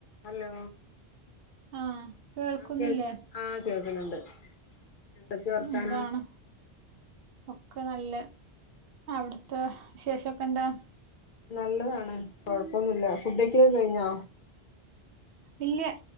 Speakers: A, on the left (about 55°); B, on the right (about 65°).
A: Hello
B: ആഹ് കേൾക്കുന്നില്ലേ
A: ആ കേ ആ കേൾക്കുന്നുണ്ട് എന്തൊക്കെയ വർത്താനം
B: എന്താണ് ഒക്കെ നല്ല അവിടത്തെ വിശേഷൊക്കെ എന്താ
A: നല്ലതാണ് കൊഴപ്പൊന്നുല്ല ഫുഡ ഒക്കിലക്ക കഴിഞ്ഞോ
B: ഇല്ല